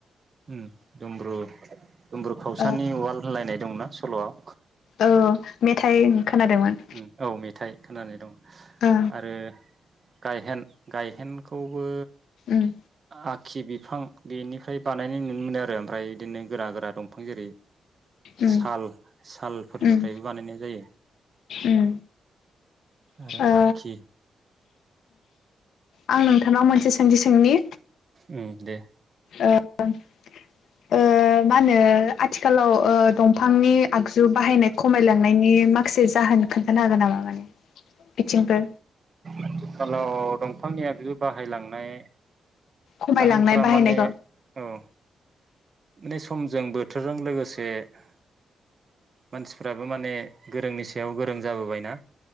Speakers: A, on the right; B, on the left.
A: ओम दुमब्रु दुमब्रु खावसानि
B: ओ
A: उवाल होनलायनाय दंना सल'आव
B: औ मेथाइ
A: दुमब्रु
B: खोनादोंमोन
A: उम औ मेथाइ खोनानाय दं
B: ओ
A: आरो गायहेन गायहेनखौबो
B: उम
A: आखि बिफां बेनि बानायनाय नुनो मोनो आरो ओमफ्राय बिदिनो गोरा गोरा दंफां जेरै
B: उम
A: साल सालफोरनिफ्रायबो
B: उम
A: बानायनाय जायो
B: उम
A: आरो
B: ओ
A: आखि
B: आं नोंथांनाव मोनसे सोंथि सोंनि
A: ओम दे
B: ओ ओ मा होनो आथिखालाव ओ दंफांनि आगजु बाहायनाय खमायलांनायनि माखासे जाहोन खोन्थानो हागोन नामा माने बिथिंफोर
A: आथिखालाव दंफांनिया बिबो बाहायलांनाय
B: खमायलांनाय
A: जाहोनफोरा
B: बाहायनायखौ
A: माने औ मे समजों बोथोरजों लोगोसे बे मानसिफ्राबो माने गोरोंनिसि सायाव गोरों जाबोबायना